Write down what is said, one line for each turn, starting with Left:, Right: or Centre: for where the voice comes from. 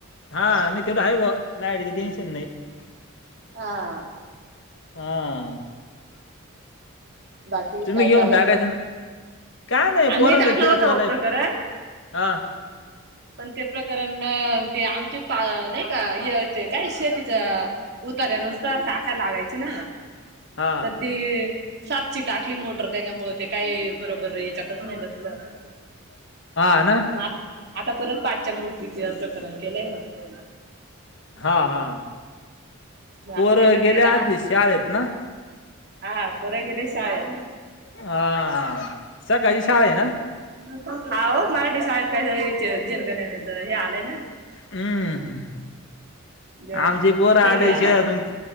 Left: हा नाही तेवढ हव लाडीच टनशन नाही
Right: ह
Left: हा
Right: बाकी
Left: तुम्ही
Right: काय
Left: घेऊन
Right: चालय
Left: टाकायचं
Right: मग
Left: ना काय नाही
Right: आम्ही
Left: पोरंत
Right: टाकलं
Left: खेळ
Right: होत
Left: चालाय
Right: हो प्रकरण
Left: हा
Right: पण ते प्रकरण ते आमचे पा नाही का ते काय शेतीचा उत्यानुसतार टाका लागायची ना
Left: हा
Right: तर ती सातची टाकली मोटर त्याच्यामुळे ते काही बरोबर याच्यातच नाही बसलं
Left: हा आहे ना
Right: मग आता आता परत पाचच्या मोटरीच प्रकरण केलंय मग
Left: हा हा
Right: मग
Left: पोर
Right: आता ते कधी
Left: गेल्या
Right: येत
Left: आधी
Right: हा
Left: शाळेत ना
Right: हा पुरेकडे शा आहे
Left: हा सकाळची शाळा आहे ना
Right: हा मराठी शाळेत काय वि जनगणनेच हे आलंय ना
Left: हम्म
Right: ना
Left: आमचे पोर
Right: सर्वे
Left: आले
Right: आलाय
Left: शहळातून